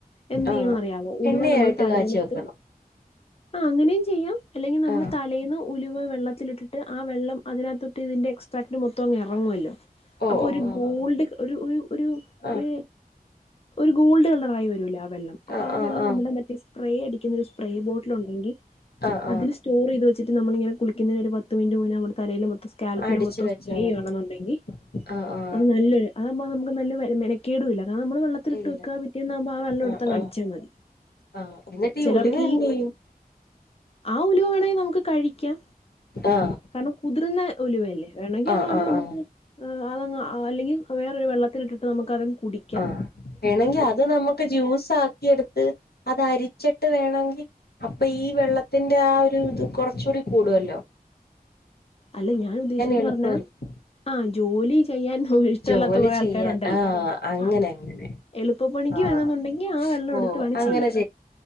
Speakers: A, on the left; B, on the left.
A: എന്ത്
B: ആഹ്
A: ചെയ്യണംന്ന്റിയാവോ ഉലുവ
B: എണ്ണയായിട്ട്
A: നമ്മള് തലേണത്ത്
B: കാച്ചി വെക്കണം
A: ആ അങ്ങനെയും ചെയ്യാം അല്ലെങ്കിൽ നമ്മള്
B: ആഹ്
A: തലേന്ന് ഉലിവ വെള്ളത്തിലിട്ടിട്ട് ആ വെള്ളം അതിനകത്തൊട്ട് ഇതിന്റെ എക്സ്ട്രാക്ന് മൊത്തം അങ് ഇറങ്ങുവല്ലോ
B: ഓഹ്
A: അപ്പൊ ഒരു
B: ഓഹ്
A: ഗോൾഡ് ഒരു ഒരു ഒരു
B: ആഹ്
A: ഒരു ഒരു ഗോൾഡ് കളറായി വരൂലേ ആ വെള്ളം അപ്പൊ
B: ആഹ്
A: ആ
B: ആഹ്
A: വെള്ളം
B: ആഹ്
A: നമ്മുടെ മറ്റെ സ്പ്രേ അടിക്കുന്ന ഒരു സ്പ്രേ ബോട്ടിൽ ഉണ്ടെങ്കിൽ
B: ആഹ് ആഹ്
A: അതിൽ
B: ആഹ്
A: സ്റ്റോർ ചെയ്ത് വെച്ചിട്ട് നമ്മങ്ങിളിങ്ങന കുളിക്കുന്നതിന് ഒരു പത്ത് മിനുറ്റ് മുനേ നമ്മടെ തലേല് കൽപ്പില്
B: അടിച്ചു
A: മൊത്തം
B: വെച്ചാ
A: സ്പ്രേ ചെയ്യുവാണെന്നുണ്ടെങ്കിൽ
B: മതി ആഹ് ആഹ്
A: അത് നല്ലൊരു അതാപ്പം നമുക്ക് നല്ല മെനക്കെടും ഇല്ലാരണം നമ്മള് വെ ത്തിലിട്ട്
B: ഇല്ല
A: വെക്ക പിറ്റേന്നാമ്പോ ആ വെള്ളംടുത്തങ്ങ്
B: ആഹ് ആഹ്
A: അടിച്ചാൽ മതി
B: ആഹ് എന്നിട്ട്
A: ചിലർക്ക്
B: ഉലുവ എന്ത്
A: ഈ
B: ചെയ്യും
A: ആ ഉലുവേണേ നമുക്ക് കഴിക്കാം
B: ആഹ്
A: കാരണം കുതിർന്ന ഒലിവല്ലേ വേണെങ്കി
B: ആഹ്
A: അത് വേണെ
B: ആഹ്
A: നമുക്ക്
B: ആഹ്
A: അതങ് അല്ലെങ്കിൽ വേറൊരു വെള്ളത്തി ഇട്ടിട്ട് നമുക്ക് അതങ് കൂടി
B: ആഹ വേണെങ്കിൽ അത് നമുക്ക് ജ്യൂസ് ആക്കി എടുത്ത് അത് അരിച്ചിട്ട് വേണമെങ്കിൽ അപ്പൊ ഈ വെള്ളത്തിന്റെ ആ ഒരു ഇത് കൊറച്ചുകൂടി കൂടുല്ലോ
A: അല്ല ഞാൻ ഉദ്ദേശിച്ചന്ന്
B: എളുപ്പമായിരിക്കും
A: പറഞ്ഞാ ആഹ് ജോലി ചെയ്യാൻ ഇഷ്ടമല്ലാത്ത
B: ജോലി
A: കൊറെ
B: ചെയ്യാൻ
A: ആൾക്കാരുണ്ട്
B: ആഹ്
A: ല്ല
B: അങ്ങനെ
A: ആഹ്
B: അങ്ങനെ
A: എളുപ്പപ്പണിക്ക്
B: ആഹ്
A: വേണെന്നുണ്ടെങ്കി ആ വെള്ളം
B: ഓഹ്
A: എടുത്ത് വേണം
B: അങ്ങനെ
A: ചെയ്യാം